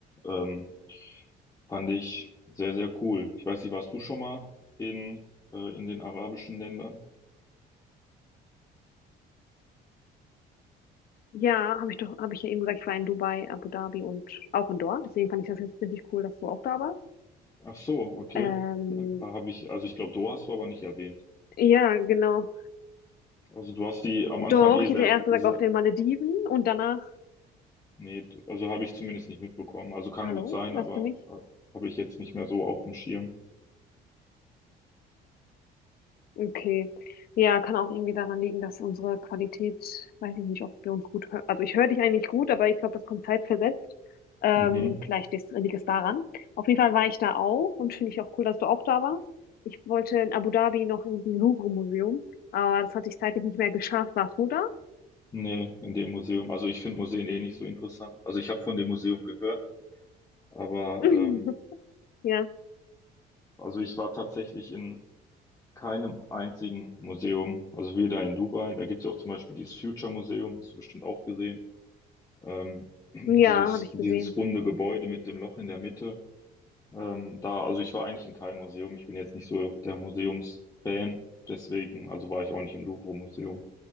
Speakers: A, on the left (about 20°); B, on the left (about 65°).
A: Ähm, fand ich sehr, sehr cool. Ich weiß nicht, warst du schon mal in, äh, in den arabischen Ländern?
B: Ja, habe ich doch, habe ich ja eben gesagt, ich war in Dubai, Abu Dhabi und auch in Doha. Deswegen fand ich das jetzt richtig cool, dass du auch da warst.
A: Ach so, okay.
B: Ähm,
A: <laughs> Da habe ich, also ich glaube, Doha hast du aber nicht erwähnt.
B: ja, genau.
A: Also du hast die am
B: Doch,
A: Anfang eh
B: ich
A: sehr,
B: hätte erst gesagt
A: sehr
B: auf den Malediven und danach,
A: Nee, also habe ich zumindest nicht mitbekommen. Also kann
B: hallo,
A: gut sein,
B: hörst
A: aber
B: du mich?
A: äh, habe ich jetzt nicht mehr so auf dem Schirm.
B: Okay. Ja, kann auch irgendwie daran liegen, dass unsere Qualität, weiß ich nicht, ob wir uns gut hören. Also ich höre dich eigentlich gut, aber ich glaube, das kommt zeitversetzt. Ähm,
A: Mhm.
B: vielleicht ist- liegt es daran. Auf jeden Fall war ich da auch und finde ich auch cool, dass du auch da warst. Ich wollte in Abu Dhabi noch in diesem Louvre-Museum, aber das hatte ich zeitlich nicht mehr geschafft. Warst du da?
A: Nee, in dem Museum. Also ich finde Museen eh nicht so interessant. Also ich habe von dem Museum gehört, aber
B: <laughs>
A: ähm,
B: Ja.
A: also ich war tatsächlich in keinem einzigen Museum. Also weder in Dubai, da gibt's ja auch zum Beispiel dieses Future Museum, hast du bestimmt auch gesehen. Ähm, <clears throat>
B: Ja,
A: dieses,
B: habe ich
A: dieses
B: gesehen.
A: runde Gebäude mit dem Loch in der Mitte. Ähm, da, also ich war eigentlich in keinem Museum. Ich bin jetzt nicht so der Museumsfan. Deswegen, also war ich auch nicht im Louvre-Museum.